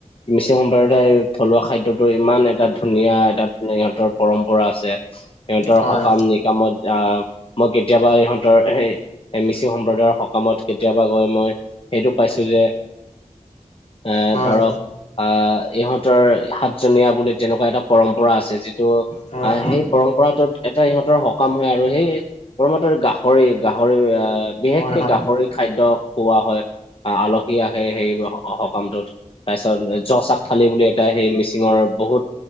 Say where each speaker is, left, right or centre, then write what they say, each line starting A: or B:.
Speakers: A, on the left; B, on the left.
A: মিচিং সম্প্ৰদায় থলুৱা খাদ্যতটো ইমান এটা ধুনীয়া এটা ইহঁতৰ পৰম্পৰা আছে সিহঁতৰ
B: হয়
A: সকাম নিকামত যাম মই কেতিয়াবা ইহঁতৰ হেই মিচিং সম্প্ৰদায়ৰ সকামত কেতিয়াবা গৈ মই সেইটো পাইছোঁ যে আ
B: হয়
A: ধৰক আহ ইহঁতৰ সাতজনীয়া বুলি তেনেকুৱা এটা পৰম্পৰা আছে যিটো
B: হয়
A: আহ
B: হয়
A: সেই পৰম্পৰাটোত এটা ইহঁতৰ সকাম হয় আৰু সেই সকামত গাহৰি, গাহৰি বিশেষকে
B: হয় হয়
A: গাহৰি খাদ্য খুওৱা হয় আহ আলহী আহে সেই সকামটোত তাৰপিছত যচাক থালি বুলি এটা সেই মিচিঙৰ বহুত